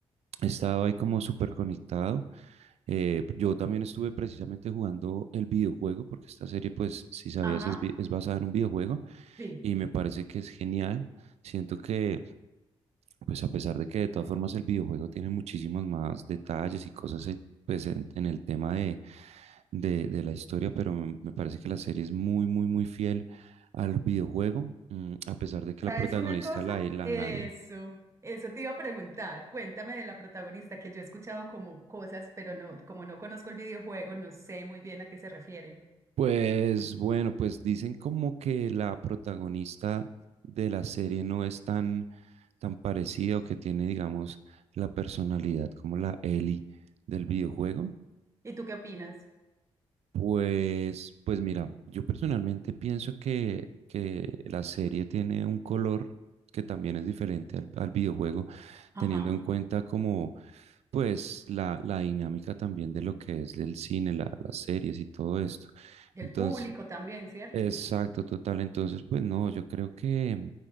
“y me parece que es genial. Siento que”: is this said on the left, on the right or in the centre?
Right